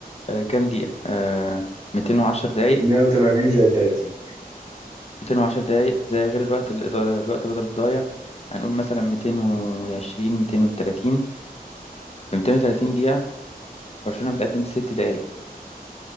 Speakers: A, on the left (about 40°); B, on the right (about 25°).
A: آه، كام دقيقة آه، 210 دقايق
B: 180 زائد 30
A: 210 دقايق زي غير الوقت الإضا- الوقت بدل الضايع هنقول مثلا 220 230 في 230 دقيقة برشلونة متقدم ست دقايق